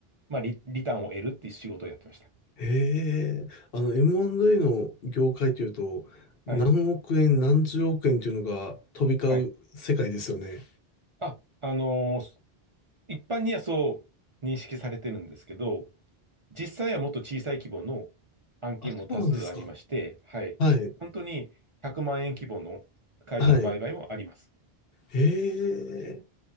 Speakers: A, on the right; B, on the left.
A: まあ、リ、リターンを得るっていう仕事をやってました。
B: ええ、あの M&A の業界というと、
A: はい。
B: 何億円、何十億円というのが飛び交う世界ですよね。
A: はい。あ、あのー一般にはそう認識されてるんですけど、実際はもっと小さい規模の案件も多数ありまして、
B: あ、そうなんですか。
A: はい。
B: はい、
A: 本当に100万円規模の会社の売買もあります。
B: はい。ええ。